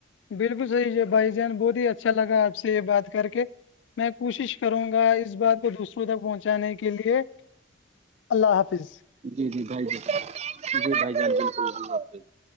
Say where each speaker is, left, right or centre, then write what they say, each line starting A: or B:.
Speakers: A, on the left (about 70°); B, on the right (about 35°).
A: بالکل صحیح ہے بھائی جان بہت ہی اچھا لگا آپ سے یہ بات کر کے میں کوشش کروں گا اس بات کو دوسروں تک پہنچانے کے لیے اللہ حافظ
B: جی جی بھائی جان جی بھائی جان بالک اللہ حافظ <unintelligible>